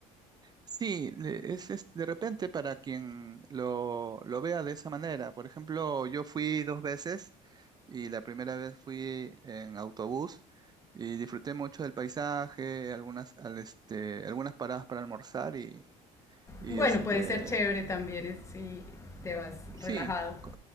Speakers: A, on the right; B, on the left.
A: Sí, le- es, es de repente para quien lo, lo vea de esa manera. Por ejemplo, yo fui dos veces y la primera vez fui en autobús y disfruté mucho del paisaje, algunas, al, este, algunas paradas para almorzar y, y
B: Bueno,
A: este,
B: puede ser chévere también es- si te vas
A: sí,
B: relajado.
A: co-